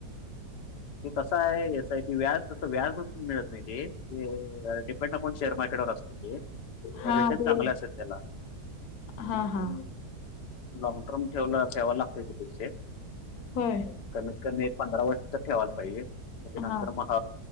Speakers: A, on the left; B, on the left.
A: ते कसं आहे एस आय टि व्याज तस व्याजून मिळत नाही ते. डिपेंड अपाऊन शेअर मार्केट वर असते ते. तर
B: हा
A: रेटच
B: ते
A: चांगलाच आहे त्याला.
B: हा हा
A: लाँग टर्म ठेवला. ठेवायला लागतय ते पैसे
B: होय
A: कमीत कमी एक पंधरा वर्ष तर ठेवायला पाहिजे. मग नंतर
B: हा
A: मग